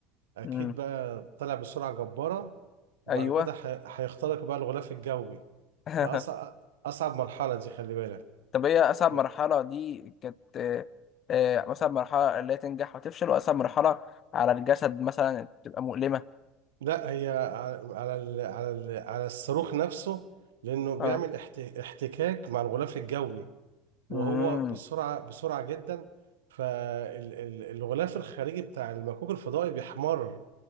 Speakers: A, on the right; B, on the left.
A: اكيد
B: امم
A: بقى طلع بسرعه جباره وبعد
B: ايوه
A: كده هي- هيخترق بقى الغلاف الجوي
B: <laughs>
A: ده اصعب اصعب مرحله دي خلي بالك
B: طب ايه اصعب
A: لا
B: مرحله دي كانت آه، آه، اصعب مرحله اللي هي تنجح وتفشل واصعب مرحله على الجسد مثلا بتبقى مؤلمه
A: لا هي على على ال- على ال- على الصاروخ نفسه لانه بيعمل
B: اه
A: احت- احتكاك مع الغلاف الجوي وهو
B: امم
A: بسرعه بسرعه جدا فالغلاف الخارجي بتاع المكوك الفضائي بيحمر